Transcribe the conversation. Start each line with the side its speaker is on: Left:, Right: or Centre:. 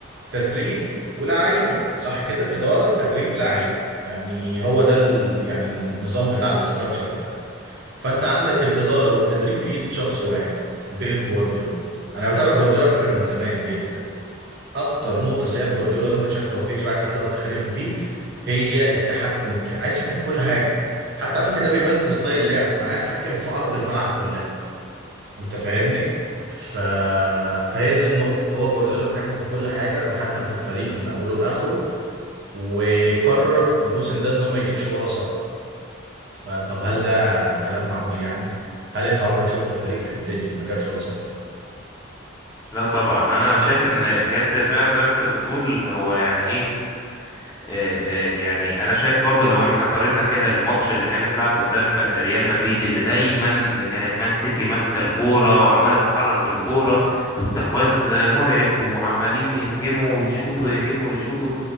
Right: تدريب ولاعيبه صح كده اداره تدريب لعيب يعني هو ده ال... يعني النظام بتاع الاستراكشر بتاعه فانت عندك الاداره والتدريب في ايد شخص واحد بيب جوارديولا انا بتابع جوارديولا على فكره من زمان جدا اكتر نقطه سيئه في جوارديولا وانت شفت توافقني بقى على الكلام ده وتخالفني فيه هي التحكم الكامل عايز يتحكم في كل حاجه حتى على فكره ده بيبان في ستايل لعب انا عايز اتحكم في ارض الملعب كلها انت فاهمني ف... فهي دي النقطة هو جوارديولا متحكم في كل حاجة متحكم في الفريق من أوله لآخره وقرر الموسم ده إنه ما يجيبش ولا صفقة فطب هل ده كلام معقول يعني هل أنت عمرك شفت فريق في الدنيا ما جابش ولا صفقة
Left: لا طبعا انا شايف ان بجد فعلا زي ما انت بتقول هو يعني ايه آه، آه، يعني انا شايف برضو لو احنا قارنا كده الماتش اللي كانت لعب قدام ريال مدريد اللي دايما كانت مان سيتي ماسكه الكوره وعماله تتحرك بالكوره واستحواذ مرعب وعمالين يهجموا ويشوطوا يهجموا ويشوطوا